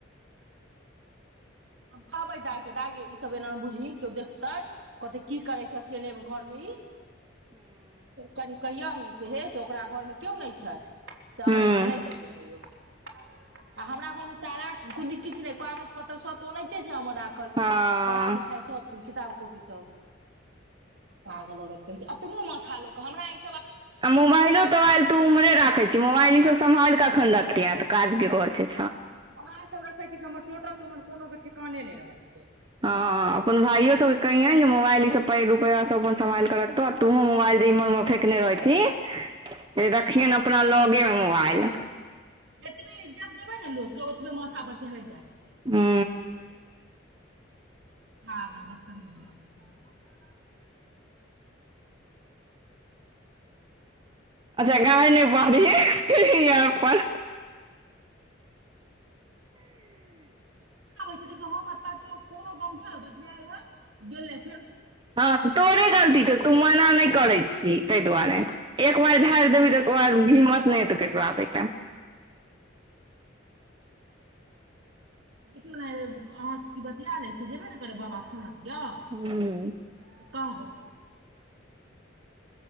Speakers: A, on the right; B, on the right.
A: हम कहबै दाय के दाय गे ई सब एना मे बुझही केओ देखते कहते की करे छय अकेले में घर मे ई कनि कहिय से हे से ओकरा घरमे क्यो नहि छय से
B: हूँ
A: अहाँ
B: हँ
A: एना नहि जइयौ आ हमरा घरमे तारा कुजी किछु नहि कागज पतर सब तऽ ओनाहिते छै हमर राखल
B: हँ
A: पढ़ाई लिखाई सब चीज किताब कोबी सब पागल औरत कहीके अपनो माथा लोक क हमरा अयै
B: आ मोबाइलो तोबाल तू उम्हरे राखै छी मोबाइल इसभ सम्हाल क अखन रखियैहे त काज के घर छैय
A: मोबाइल सभ रखे छी की हमर टोटल समान कोनो के ठिकाने नहि रहै छैय
B: ह अपन भाइयो सबके कहियेै जे मोबाइल ईसभ पैर रुपैया अपन सम्हाल कऽ रखतौ आ तोहँ मोबाइल एलजिमर मे फेकने रहै छी जे देखखिय अपना लगे मे मोबाइल
A: जतबे इज्जत देबै न लोक के ओतबे माथा पर चहैड़ जाय
B: हू
A: पागल बततमीज औरत काहां के
B: अच्छा गाइड़ नहि पारही याँ पर
A: देखियौ हम एतव छी ओ कोनो गम छैय बतिया हैय गेले
B: हँ तोरे गलती छौ तू
A: छै।
B: मोना नहि करै छी ताहि दुआरे ए एक बार झाड़ि देबी तैके बाद हिम्मत नहि हतौ ककरो आबै के
A: देखियौ ने अहाँ की बतिया लै छी जेबे नै करै बाबा के खाना दिअ
B: हूँ
A: तऽ कहबै